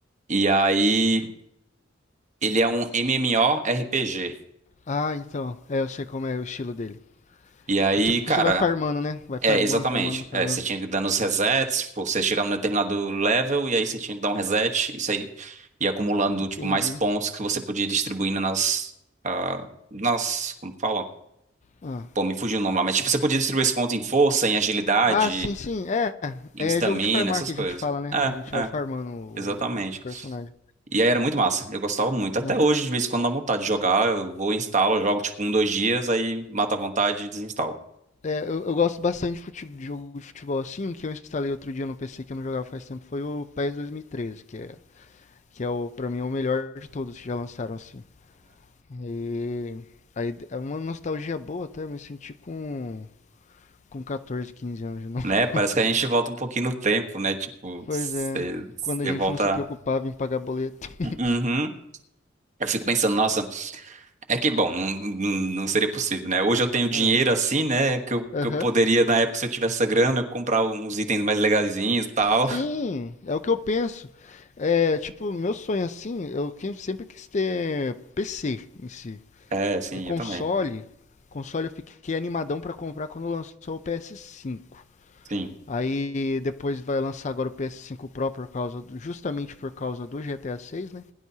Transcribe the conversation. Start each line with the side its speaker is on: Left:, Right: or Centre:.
Right: E aí, ele é um MMORPG.
Left: Ah, então. É, eu sei como é o estilo dele.
Right: E aí,
Left: É tipo que
Right: cara,
Left: você vai farmando, né? Vai farmando,
Right: É, exatamente.
Left: farmando, farmando.
Right: É, você tinha que dar nos resets, tipo, você chegava num determinado level e aí você tinha que dar um reset, isso aí ia acumulando,
Left: Entendi.
Right: tipo, mais pontos que você podia distribuindo nas, ah, nas, como fala?
Left: Ah,
Right: Pô, me fugiu o nome lá, mas tipo, você podia distribuir esses pontos em força, em agilidade,
Left: ah sim, sim. É,
Right: em
Left: é
Right: stamina,
Left: jogo de farmar
Right: essas
Left: que
Right: coisas.
Left: a gente fala, né?
Right: É,
Left: A gente vai
Right: é,
Left: farmando o,
Right: exatamente.
Left: o personagem.
Right: E aí era muito massa, eu gostava muito. Até
Left: Aham.
Right: hoje, de vez em quando, dá vontade de jogar, eu vou, instalo, jogo tipo um, dois dias, aí mata a vontade e desinstalo.
Left: É, eu, eu gosto bastante de, fute- de jogo de futebol assim. Um que eu instalei outro dia no PC que eu não jogava faz tempo foi o PES 2013, que é, que é o, pra mim, é o melhor de todos que já lançaram assim. E aí é uma nostalgia boa até, eu me senti com, com 14, 15 anos de novo.
Right: né?
Left: <laughs>
Right: Parece que a gente volta um pouquinho no tempo, né? Tipo,
Left: Pois
Right: você
Left: é, quando
Right: você
Left: a gente
Right: volta.
Left: não se preocupava em pagar boleto. <laughs>
Right: Uhum. Eu fico pensando, nossa, é que bom, não, não, não seria possível, né? Hoje eu tenho dinheiro
Left: Ah,
Right: assim, né? Que eu,
Left: Aham.
Right: que eu poderia, na época, se eu tivesse essa grana, comprar uns itens mais legazinhos e tal.
Left: Sim, é o que eu penso. É, tipo, meu sonho assim, eu que- sempre quis ter PC em si.
Right: É, sim,
Left: É console.
Right: eu também.
Left: Console eu fiquei animadão pra comprar quando lançou o ps cinco
Right: Sim.
Left: Aí depois vai lançar agora o ps cinco Pro por causa do- justamente por causa do GTA seis né?